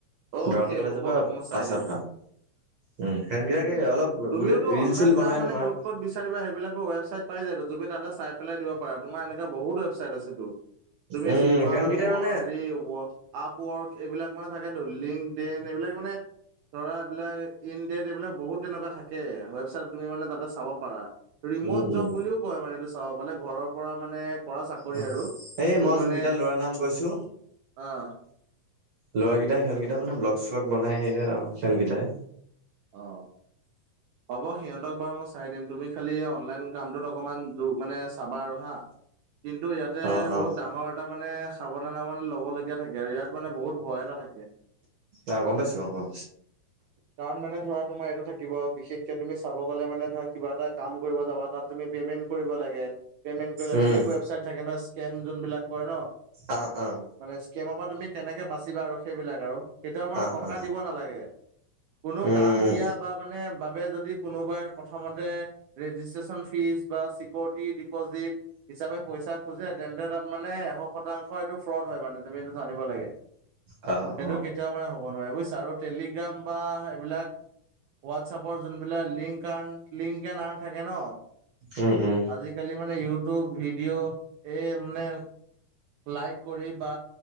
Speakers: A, on the right; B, on the right.
A: অ'কে
B: দৰং কলেজৰ
A: হ'ব
B: পৰা
A: হ'ব মই চাই
B: পাছ
A: দিম
B: আউট, উম সিহঁতকিতাক
A: উম
B: তাকে অলপ
A: তুমিওতো
B: গোটেই ৰিল
A: অনলাইন
B: চিল বনাই
A: কাম মানে
B: তোমাৰ।
A: ক'ত ক'ত বিচাৰিবা সেইবিলাকৰ ৱেবছাইট পাই যায়টো, তুমি তাতে চাই পেলাই দিব পাৰা তোমাৰ এনেকুৱা বহুত ৱেবছাইট আছেতো। তুমি
B: উম
A: ফিভাৰ
B: সিহঁতকেইটাই মানে
A: হেৰি আপ ৱৰ্ক এইবিলাক মানে থাকে লিংকডইন এইবিলাক মানে ধৰা এইবিলাক ইণ্ডিয়াত এইবিলাক বহুত তেনেকুৱা থাকে ৱেবছাইটত তুমি চাব পাৰা, ৰিম'ট
B: উম উম
A: জব বুলিও কয় মানে এইটো অ' মানে ঘৰৰ পৰা মানে কৰা চাকৰি
B: অ
A: আৰু
B: এই
A: তুমি
B: মই যোনকেইটা
A: মানে,
B: ল'ৰাৰ নাম কৈছো
A: অঁহ
B: ল'ৰাকেইটা সিহঁতকেইটাই মানে ব্লগ শ্লগ বনাই সিহঁতকেইটাই।
A: অ' হ'ব সিহঁতক বাৰু মই চাই দিম তুমি খালি অনলাইন কামটোত অকমান মানে চাবা আৰু হা, কিন্তু ইয়াতে
B: অ অ
A: বহুত ডাঙৰ এটা মানে সাৱধান মানে ল'বলগীয়া থাকে আৰু ইয়াত মানে বহুত ভয় এটা থাকে।
B: অঁ গম পাইছোঁ অঁ।
A: কাৰণ মানে ধৰা তোমাৰ এইটো থাকিব বিশেষকে তুমি চাব গলে মানে ধৰা কিবা এটা কাম কৰিব যাবা তাত তুমি পেমেন্ট কৰিব লাগে, পেমেন্ট কৰিলে
B: উম
A: ফেক ৱেবছাইট থাকে ন স্কেম যোনবিলাক কয় ন।
B: অঁ অঁ।
A: মানে স্কেমৰ পৰা তুমি কেনেকে বাচিবা আৰু সেইবিলাক আৰু কেতিয়াও মানে
B: অ
A: টকা
B: অ
A: দিব নালাগে। কোনো
B: উম
A: কাম দিয়া বা মানে বাবে যদি কোনোবাই প্ৰথমতে ৰেজিষ্ট্ৰেশ্যন ফিজ বা চিকিউৰিটি ডিপ'জিট হিচাপে পইচা খোজে তেন্তে তাত মানে এশ শতাংশ এইটো ফ্ৰড হয় মানে, তুমি এইটো জানিব লাগে।
B: অঁ।
A: সেইটো কেতিয়াও মানে হ'ব নোৱাৰে বুজিছা আৰু টেলিগ্ৰাম বা এইবিলাক ৱাটছআপৰ যোনবিলাক লিংক আৰ্ন লিংকডইন আৰ্ণ থাকে ন?
B: উম উম।
A: আজিকালি মানে ইউটিউব ভিডিঅ' এই মানে লাইক কৰি বা